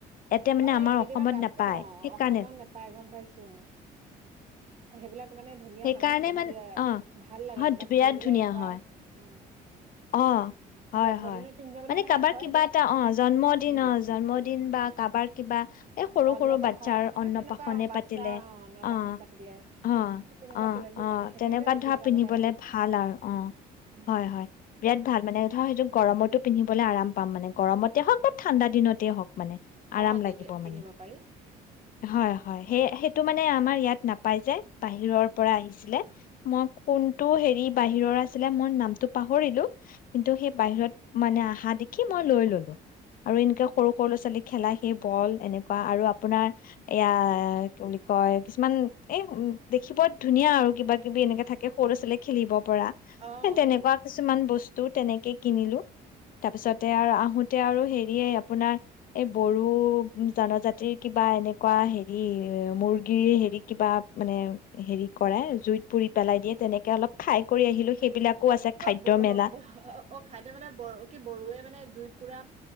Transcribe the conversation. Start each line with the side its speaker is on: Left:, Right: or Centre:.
Left: ইয়াতে মানে
Right: অ'
Left: আমাৰ
Right: এই কেতিয়াবা
Left: অসমত
Right: কাশ্মীৰ
Left: নাপায়
Right: অ'
Left: সেইকাৰণে
Right: অসমত নাপাই গম পাইছো অ'। অ' সেইবিলাক মানে ধুনীয়া
Left: সেইকাৰণে
Right: হয় ন কৰবাত
Left: মানে অ
Right: ভাল লাগে
Left: হয়
Right: কৰবাত
Left: বিৰাট
Right: ফুৰিবলে
Left: ধুনীয়া
Right: এনেকুৱা
Left: হয়
Right: উম।
Left: অ' হয়
Right: জন্মদিনত
Left: হয়
Right: পিন্ধি যাবলে
Left: মানে
Right: ভাল
Left: কাৰোবাৰ
Right: হয়
Left: কিবা
Right: দে
Left: এটা অ' জন্মদিন
Right: উম
Left: অ' জন্মদিন বা কাৰোবাৰ কিবা এই সৰু
Right: অন্নপ্ৰাশন
Left: সৰু বাচ্ছাৰ
Right: অ
Left: অন্নপ্ৰসন্ন
Right: তেনেকুৱা অ বাচ্ছা
Left: পাতিলে
Right: অন্নপ্ৰাশন
Left: অ'
Right: পাতিলে
Left: অ'
Right: তেনেকুৱা
Left: অ'
Right: কিবা কিবি
Left: অ'
Right: পাতি থাকে
Left: তেনেকুৱা
Right: যে তেতিয়া
Left: ধৰা
Right: যাবলে
Left: পিন্ধিবলে ভাল আৰু অ'
Right: উম
Left: হয় হয়। বিৰাট ভাল মানে ধৰা সেইটো গৰমত পিন্ধিবলৈ আৰাম পাম মানে গৰমতে হওক বা ঠাণ্ডা দিনতেই হওক। মানে আৰাম
Right: অ তেতিয়া
Left: লাগিব
Right: পিন্ধিব
Left: মানে।
Right: পাৰি
Left: হয় হয়।
Right: উম
Left: সেইটো মানে আমাৰ ইয়াত নাপাই যে, বাহিৰৰ পৰা আহিছিলে, মই কোনটো হেৰি বাহিৰৰ আছিলে মই নামটো পাহৰিলো, কিন্তু সেই বাহিৰত মানে আহা দেখি মই লৈ ললো আৰু এনকে সৰু সৰু ল'ৱা ছোৱালী খেলা সেই বল এনেকুৱা আৰু আপোনাৰ এয়া কি বুলি কয় কিছুমান এ দেখিব ধুনীয়া আৰু কিবা কিবি এনেকে থাকে সৰু ল'ৰা ছোৱালীয়ে খেলিব, পৰা
Right: অ
Left: তেনেকুৱা
Right: অ
Left: কিছুমান বস্তু, টো তেনেকে কিনিলো। তাৰপিছতে আৰু আহোত এতিয়া আৰু হেৰিয়ে, আপোনাৰ এই বড়ো জনজাতিৰ কিবা এনেকুৱা হেৰি মুৰ্গীৰ হেৰি, কিবা মানে হেৰি কৰে, জুইত পুৰি পেলাই দিয়ে তেনেকে অলপ খাই কৰি আহিলো সেইবিলাক কো আছে খাদ্য
Right: ব
Left: মেলা
Right: ব অ', অ' খাদ্য মানে ব, কি বড়োৱে মানে জুইত পুৰা